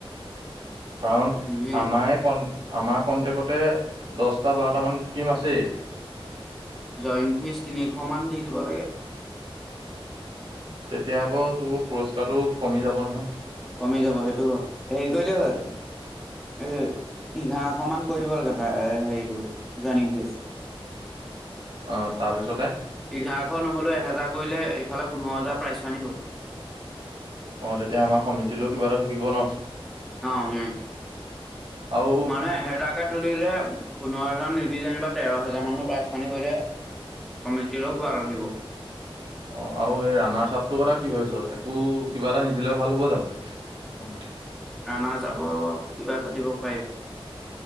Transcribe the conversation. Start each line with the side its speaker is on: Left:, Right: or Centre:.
Right: কাৰণ
Centre: উম
Right: আমাৰ কন আমাৰ কনটেক্টতে দহটা-বাৰট মান টিম আছেই।
Centre: জইণ্ট ফিজ তিনিশ মান দি দিব লাগে।
Right: তেতিয়া আকৌ তোৰ পুৰস্কাৰটো কমি যাব নহয়।
Centre: কমি যাব সেইটো হয়। হেৰি কৰিলেই হ'ল-
Right: গতিকে
Centre: এ' এঘাৰশ মান কৰি দিব লাগে প্ৰায় হেৰিটো জইনিং ফিজ। <unintelligible>
Right: অ', তাৰপিছতে?
Centre: এঘাৰশ নহ'লেও এহেজাৰ কৰিলে, ইফালে পোন্ধৰ হাজাৰ প্ৰাইছ মানি হ'ব।
Right: অঁ', তেতিয়া আমাৰ সমিতিৰো কিবা এটা থাকিব ন'।
Centre: অঁ', -উমঁ।
Right: আৰু
Centre: মানে এহেজাৰকে তুলিলে পোন্ধৰ হাজাৰ নিদি যেনিবা তেৰ হোজাৰ মানৰ প্ৰাইচ মানি কৰিলে কমিতিৰো কিবা ৰহিব।
Right: অ আৰু সেই ৰানাৰ চাপটোৰ কথা কি ভাবিছ একো কিবা এটা নিদিলে ভাল হ'ব জানো।
Centre: ৰানা যাব কিবা এটা দিব পাৰিম